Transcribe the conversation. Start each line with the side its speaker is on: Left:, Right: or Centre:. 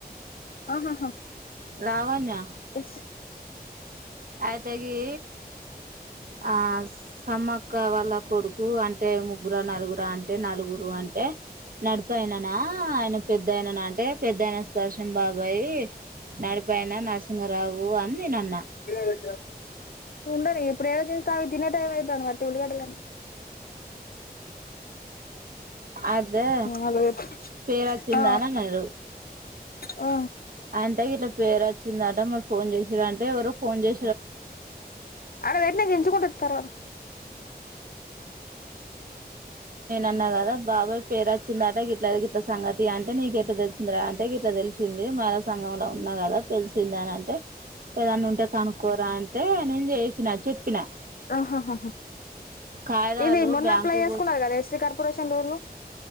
Left: ఆహాహా
Right: లావాణ్య
Left: ఇస్
Right: అయితేగి ఆ సమ్మక్క వాళ్ళ కొడుకు అంటే ముగ్గుర నలుగుర అంటే నలుగురు అంటే నడిపయిననా ఆయన పెద్దయిననా అంటే పెద్దయిన సు దర్శం బా బయి నడి పన నరసిహరావు అని నేను అన్నా
Left: గడ వచ్చారు ఉండడి ఇప్పుడు ఏదో చేస్త అవి తినే టైం అవుతు బట్టి ఉలిగట్ట
Right: అదే
Left: అలా
Right: పేరు వచ్చిందా
Left: ఆ
Right: అని అన్నారు
Left: ఆ
Right: అంటే ఇట్లా పేరు వచ్చిందట మరి ఫోన్ చేసిారు అంటే ఎవరో ఫోన్ చేసి
Left: అ ఎట్న ఎంంచు కుంటతారు
Right: అన్నా కదా బాబాయ్ పేరుచ్చిందట ఇట్లా ఇట్ల సంగతి అంటే నీక ఎట్లా తెలిసిందరా అంటే ఇట్లా తెలిసింది మళ సంఘంలో ఉన్నా కదా తెలు వందనింటే ఏదన్న ఉంటే కనుక్కరా అంటే నం చేసినా చెప్పిన
Left: ఆహాహహ
Right: కాగిదాలు
Left: ఏ మనా
Right: బ్యాంకు
Left: అప్లై చేసుకున్నారు కదే కార్పొరేషన్ లో